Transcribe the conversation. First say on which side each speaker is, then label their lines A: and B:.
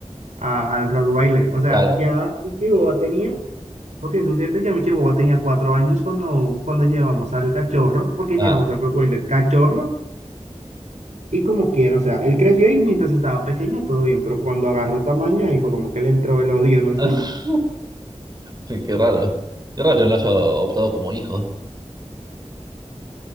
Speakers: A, on the right; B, on the right.
A: a- al Rottweiler. O sea,
B: claro.
A: ya el chihuahua tenía, ok, son cierto, ya mi chihuahua tenía cuatro años cuando, cuando llevamos al cachorro, porque
B: Ah,
A: llevamos al Rottweiler cachorro y como quiera. O sea, él creció y mientras estaba pequeño todo bien, pero cuando agarró tamaño ahí fue como que le entró el odio, no sé.
B: <laughs> sí, qué raro. Qué raro que no lo haya adoptado como hijo.